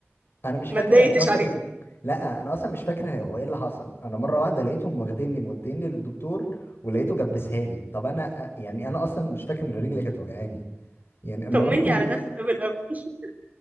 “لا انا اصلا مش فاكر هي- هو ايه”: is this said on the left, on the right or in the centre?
Left